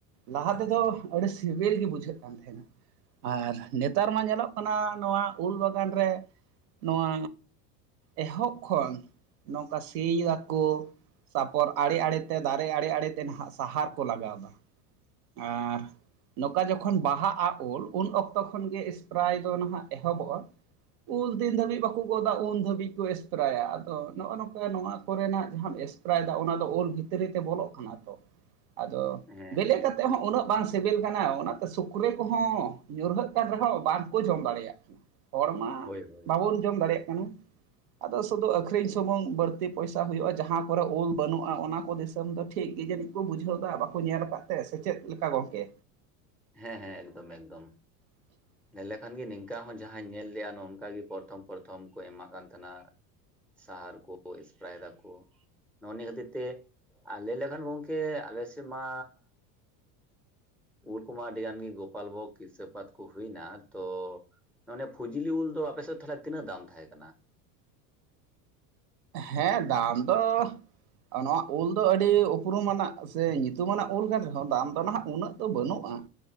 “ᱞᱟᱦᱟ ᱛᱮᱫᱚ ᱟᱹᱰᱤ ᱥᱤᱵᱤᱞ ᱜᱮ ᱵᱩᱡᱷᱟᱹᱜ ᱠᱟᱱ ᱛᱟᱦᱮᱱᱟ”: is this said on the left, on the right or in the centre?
Right